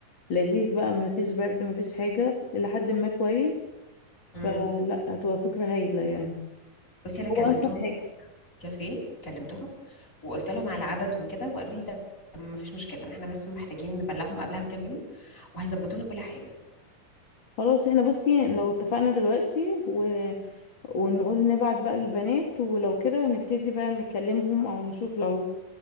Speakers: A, on the left; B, on the left.
A: لذيذ بقى مفيش برد مفيش حاجه لحد ما كويس
B: امم
A: فلا هتبقى فكره هايله يعني
B: بصي انا كلمتهم
A: هو انسب حاجه
B: كافيه كلمتهم وقلت لهم على العدد وكده وقالوا لي ده ما فيش مشكله ان احنا بس محتاجين نبلغهم قبلها بكام يوم وهيظبطوا لنا كل حاجه
A: خلاص احنا بصي يعني لو اتفقنا دلوقتي و... ونقول نبعت بقى للبنات ولو كده نبتدي بقى نكلمهم او نشوف لو